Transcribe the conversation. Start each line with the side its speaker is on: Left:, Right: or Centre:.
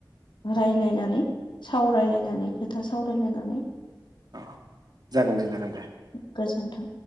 Left: रायलायनानै सावरायलायनानै खोथा सावरायलायनानै
Right: औ जागोन दे जागोन दे
Left: गोजोन्थों